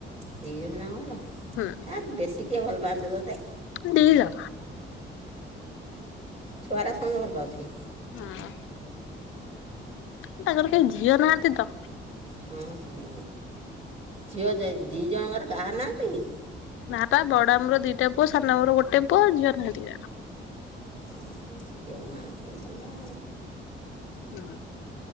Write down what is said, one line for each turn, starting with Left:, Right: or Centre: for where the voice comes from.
Right: ଦି ଜଣ ଯାକ।
Left: ହୁଁ।
Right: ବେଶିକିଏ ଭଲପାଆନ୍ତି ତତେ?
Left: ଦିଜଣ।
Right: ଛୁଆରା ସମସ୍ତେ ଭଲ <unintelligible>
Left: <unintelligible> <unintelligible> କେହି ଝିଅ ନାହାନ୍ତି ତ।
Right: ହଁ ହଁ। ଝିଅ ଦି ଜଣଙ୍କର କାହାର ନାହାନ୍ତି?
Left: ନା ବା ବଡ ମାମୁଁ ର ଦିଇଟା ପୁଅ ସାନ ମାମୁଁ ଗୋଟେ ପୁଅ ଝିଅ ନାହାନ୍ତି।
Right: <unintelligible> ଝିଅ ନାହାନ୍ତି ଭଲ।
Left: ହୁଁ